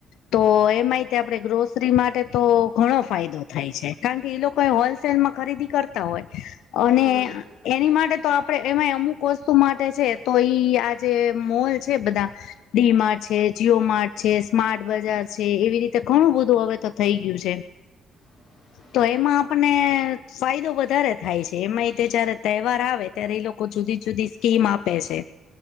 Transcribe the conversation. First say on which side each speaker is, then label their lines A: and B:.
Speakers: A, on the left (about 80°); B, on the left (about 40°).
A: તો એમાંય તે આપણે ગ્રોસરી માટે તો ઘણો ફાયદો થાય છે કારણ કે એ લોકો એ હોલ સેલમાં ખરીદી કરતા હોય અને
B: હમ હમ
A: એની માટે તો આપણે એમાંય અમુક વસ્તુ માટ છે તો ઈ આજે મોલ છે બધા, ડી માર્ટ છે, જીઓ માર્ટ છે. સ્માર્ટ બજાર છે. એવી રીતે ઘણું બધું હવે તો થઈ ગયું છે.
B: <inaudible>
A: તો એમાં આપ ને ફાયદો વધારે થાય છે. એમાંય તે જયારે તહેવાર આવે ત્યારે એ લોકો જુદી જુદી સ્કીમ આપે છે.